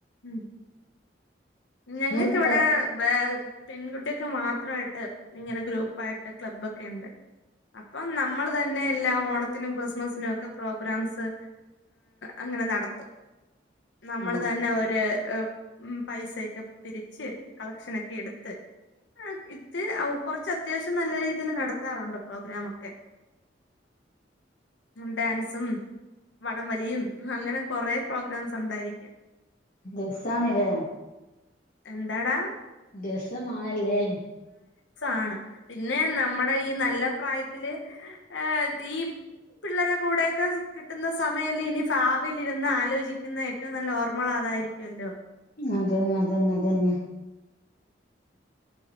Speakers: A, on the left (about 80°); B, on the left (about 50°).
A: ഉം ഞങ്ങക്കിവിടെ
B: നിങ്ങളിപ്പോ തൈ
A: ബെ പെൺകുട്ടിയക്ക് മാത്രയിട്ട് ഇങ്ങനെ ഗ്രൂപ്പായിട്ട് ക്ലബ്ബോക്കെ ഇണ്ട്. അപ്പം നമ്മള് തന്നെ എല്ലാം ഓണത്തിനും കൃ സ്മസിനൊക്കെ പ്രോഗ്രാംസ് അങ്ങനെ നടത്തും. നമ്മള്
B: ആ
A: തന്നെ ഒര് ഉം പൈസയൊക്കെ പിരിച്ച് കളക്ഷനൊക്കെ എടുത്ത് ആ ഇത് കൊറച്ച അത്യാവശ്യം നല്ല രീതിയിൽ നടത്താറുണ്ട് പ്രോഗ്രമക്കെ. ഡാൻസും വടംവലിയും അങ്ങനെ കൊറേ പ്രോഗ്രാംസ് ഒണ്ടായിരിക്കും.
B: ജസാണല്ലേ.
A: എന്താടാ.
B: രസമാണല്ലേ.
A: ആണ് പിന്നെ നമ്മുടെ ഈ നല്ല പ്രായത്തില് ഏഹ ഈ പിള്ളേരെ കൂടെയൊക്കെ കിട്ടുന്ന സമയല്ലേ ഇനി ഭാവിലിരുന്ന് ആലോചിക്കുന്ന ഏറ്റവും നല്ല ഓർമ്മകളാണ്. അതായിരിക്കുല്ലോ.
B: അതന്നതന്നെതന്നെ.